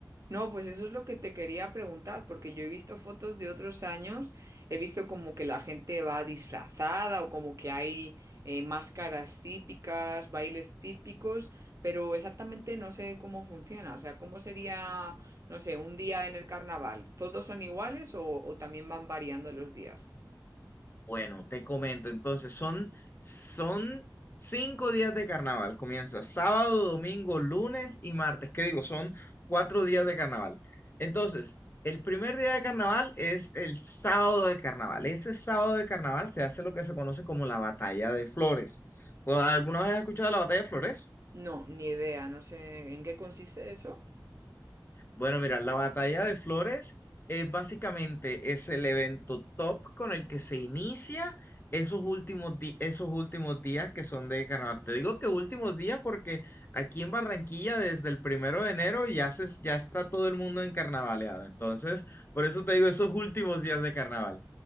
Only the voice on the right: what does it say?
No, pues eso es lo que te quería preguntar, porque yo he visto fotos de otros años, he visto como que la gente va disfrazada o como que hay eh, máscaras típicas, bailes típicos, pero exactamente no sé cómo funciona, o sea, cómo sería, no sé, un día en el carnaval, ¿todos son iguales o, o también van variando los días?
No, ni idea, no sé en qué consiste eso.